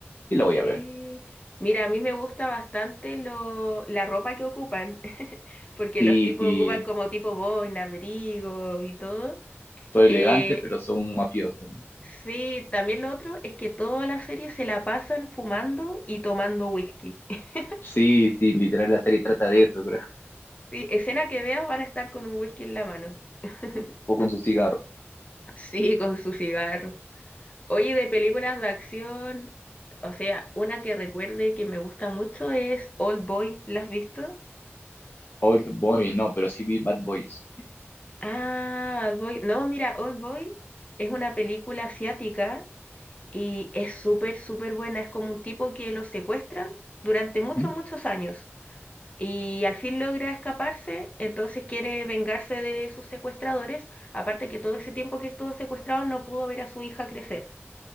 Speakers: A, on the left (about 50°); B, on the left (about 30°).
A: sí la voy a
B: Sí.
A: ver.
B: Mira, a mí me gusta bastante lo, la ropa que ocupan, <laughs> porque
A: Sí,
B: los tipos
A: sí,
B: ocupan como tipo boina, abrigo y todo.
A: soy
B: Eh,
A: elegante, pero soy un mafioso. ¿no?
B: sí, también lo otro es que toda la serie se la pasan fumando y tomando whisky. <laughs>
A: Sí, sí, literal la serie trata de eso, creo.
B: Sí, escena que veas van a estar con un whisky en la mano. <laughs>
A: O con su cigarro.
B: Sí, con su cigarro. Oye, de películas de acción, o sea, una que recuerde que me gusta mucho es Old Boy. ¿La has visto?
A: Old Boy, no, pero sí vi Bad Boys.
B: Ah, Old Boy. No, mira, Old Boy es una película asiática y es súper, súper buena. Es como un tipo que lo secuestran durante muchos,
A: Ujú.
B: muchos años y al fin logra escaparse, entonces quiere vengarse de sus secuestradores, aparte que todo ese tiempo que estuvo secuestrado no pudo ver a su hija crecer.